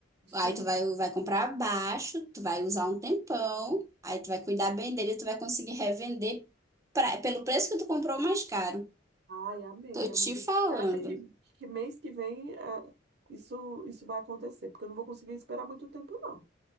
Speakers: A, on the right; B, on the right.
A: Sim.
B: Aí tu vai, vai comprar abaixo, tu vai usar um tempão, aí tu vai cuidar bem dele, tu vai conseguir revender pra, pelo preço que tu comprou mais caro.
A: Ai, amém,
B: Tô te
A: amiga.
B: falando.
A: Você acha que, que mês que vem é, isso, isso vai acontecer? Porque eu não vou conseguir esperar muito tempo, não.